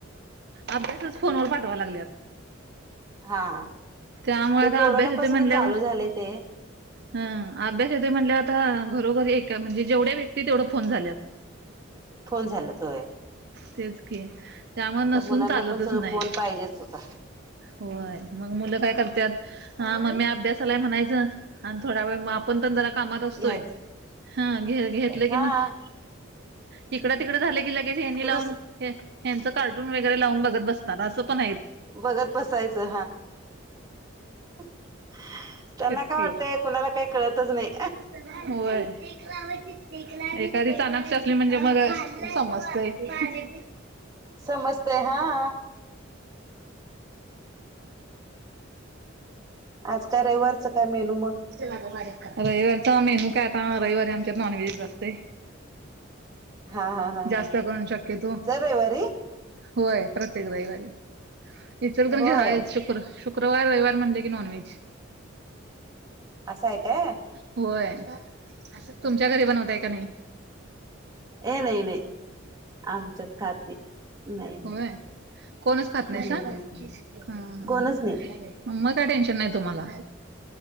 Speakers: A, on the right; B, on the right.
A: अभ्यासच फोनवर पाठवा लागल्यात.
B: हा
A: त्यामुळे
B: ते
A: आता
B: कोरोनापासून
A: अभ्यास येत म्हणल्यावर
B: चालू झाले ते
A: ह अभ्यास येत म्हणल्यावर आता घरोघरी ए म्हणजे जेवढ्या व्यक्ती तेवढं फोन झाल्यात.
B: हम्. फुल झाल्यात होय.
A: तेच की त्यामुळे
B: आता
A: नसून
B: मुलांना
A: चालतच
B: पण सगळं
A: नाही.
B: फोन पाहिजेच होता
A: होय मग मुलं काय करतात हा मम्मी अभ्यास आला म्हणायचं. आणि थोड्या वेळ आपण पण जरा कामात असतोय
B: घ्यायचं
A: हा घ घेतलं
B: हा
A: की मग तिकडं तिकडे झालं की लगेच हेंनी
B: ते
A: लावून
B: दुस
A: हच कार्टून वगैरे लावून बघत बसतात असं पण आहेत.
B: बघत बसायचं हम् त्यांना
A: तेच
B: काय
A: की
B: वाटतंय कुणाला काही कळतच नाही.
A: होय एखादी चाणाक्ष असली म्हणजे- मग
B: हम्म
A: समजतय. हम्म.
B: समजतय हा. आज काय रविवारचं काय मेनू मग?
A: रविवारीचा मेनू काय आता? रविवारी आमच्यात नॉनव्हेज असतय.
B: हा हा हा
A: जास्त
B: हा
A: करून शक्यतो.
B: जर रविवारी
A: होय. प्रत्येक रविवारी. इचलकरंजीत
B: होय
A: आहे शक्यतो - शुकवार, रविवार म्हटलं की नॉनव्हेज.
B: असं आहे काय?
A: होय. तुमच्या घरी बनवताय का नाही?
B: हे नाही नाही. आमच्यात- खात नाही नाही नाही
A: व्हय. कोणच खात नाहीयसा?
B: हम्म
A: हं हं
B: कोणच
A: हं.
B: नाही.
A: मग काय टेन्शन नाही तुम्हाला.